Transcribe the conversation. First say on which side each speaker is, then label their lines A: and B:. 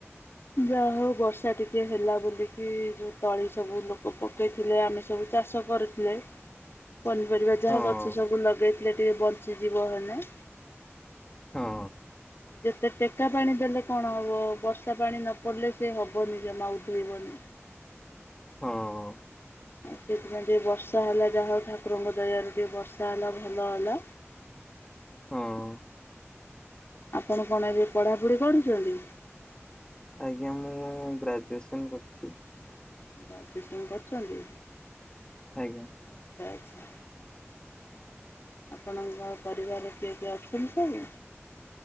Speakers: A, on the left; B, on the left.
A: ଯାହା ହଉ ବର୍ଷା ଟିକେ ହେଲା ବୋଲିକି ଯୋଉ ତଳି ସବୁ ଲୋକ ପକେଇଥିଲେ ଆମେ ସବୁ ଚା ଚାଷ କରୁଥିଲେ। ପନିପରିବା ଯାହା
B: ହଁ
A: ଗଛ ସବୁ ଲଗେଇଥିଲେ ଟିକେ ବଞ୍ଚିଯିବ ହେଲେ।
B: ହଁ।
A: ଯେତେ ଟେକା ପାଣି ଦେଲେ କଣ ହବ ବର୍ଷା ପାଣି ନ ପଡ଼ିଲେ ସେ ହବନି ଜମା ଉଧେଇବନି।
B: ହଁ।
A: ସେଇଥିପାଇଁ ଟିକେ ବର୍ଷା ହେଲା ଯାହା ହଉ ଠାକୁରଙ୍କ ଦୟାରୁ ଟିକେ ବର୍ଷା ହେଲା। ଭଲ ହେଲା।
B: ହଁ
A: ଆପଣ କଣ ଏବେ ପଢ଼ାପଢ଼ି କରୁଚନ୍ତି?
B: ଆଜ୍ଞା ମୁଁ ଗ୍ରାଜୁଏସନ୍ କରୁଛି।
A: ଗ୍ରାଜୁଏସନ୍ କରୁଛନ୍ତି
B: ଆଜ୍ଞା
A: ଆଚ୍ଛା ଆଚ୍ଛା। ଆପଣଙ୍କ ପରିବାର କିଏ କିଏ ଅଛନ୍ତି ସବୁ?